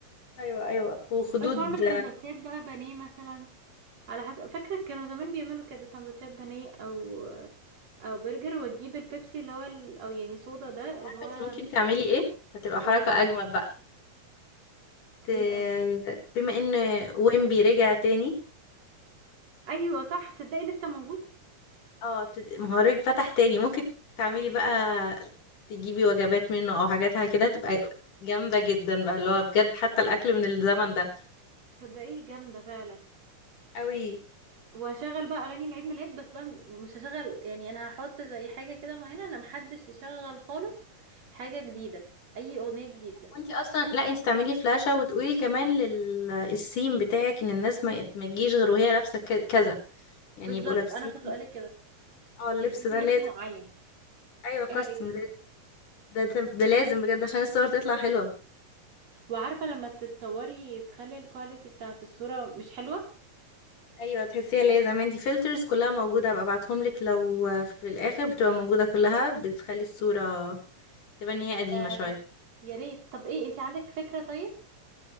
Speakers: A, on the left (about 70°); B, on the right (about 50°).
A: ايوه ايوه وخدود
B: بس واعمل سندوتشات بقى بانيه مثلا على حسب فاكره كانوا زمان بيعملوا كده سندوتشات بانيه او او برجر وتجيب البيبسي اللي هو ال... او يعني صودا ده
A: عارفة
B: اللي هو
A: انت ممكن تعملي ايه هتبقى حركة
B: قوليلي
A: اجمل بقى ت...
B: ايه بقى
A: بما ان ويمبي رجع تاني
B: ايوه صح تصدقي لسه موجود
A: اه ت... مهرج فتح تاني ممكن تعملي بقى تجيبي وجبات منه او حاجاتها كده هتبقى جامدة جدا بقى اللي هو بجد حتى الاكل من الزمن ده
B: تصدقي جامده فعلا
A: قوي
B: واشغل بقى اغاني العيد ميلاد بس بقى مش هشغل يعني انا هحط زي حاجه كده معينه انا محدش يشغل خالص حاجه جديده اي اغنيه جديده
A: وانت اصلا لا انت تعملي فلاشة وتقولي كمان للسيم بتاعك ان الناس ما ما تجيش غير وهي لابسة ك- كذا يعني
B: بالظبط
A: يبقوا لابسين
B: انا كنت قالك كده
A: اه اللبس
B: يلبسوا
A: ده
B: لبس
A: لازم
B: معين
A: ايوه
B: ايه
A: كاستم
B: رايك
A: لازم ده ده ده لازم بجد عشان الصور تطلع حلوة
B: وعارفه لما تتصوري تخلي الكواليتي بتاعه الصوره مش حلوه
A: ايوه تحسيها اللي هي زمان دي فلترز كلها موجوده هبقى ابعتهم لك لو في الاخر بتبقى موجوده كلها بتخلي الصوره تبان ان هي قديمه
B: آه
A: شويه
B: يا ريت طب ايه انت عندك فكره طيب